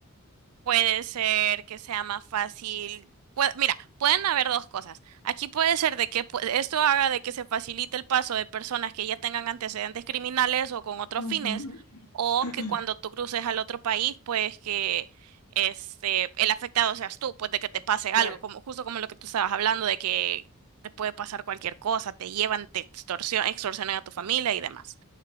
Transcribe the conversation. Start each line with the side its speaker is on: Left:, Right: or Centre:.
Right: Puede ser que sea más fácil. Pue- Mira, pueden haber dos cosas. Aquí puede ser de que pu- esto haga de que se facilite el paso de personas que ya tengan antecedentes criminales o con otros
Left: Ujú.
Right: fines, o
Left: <clears throat>
Right: que cuando tú cruces al otro país, pues que este el afectado seas tú, pues de que te pase algo,
Left: Claro.
Right: como justo como lo que tú estabas hablando de que te puede pasar cualquier cosa, te llevan, te extorsion- extorsionan a tu familia y demás.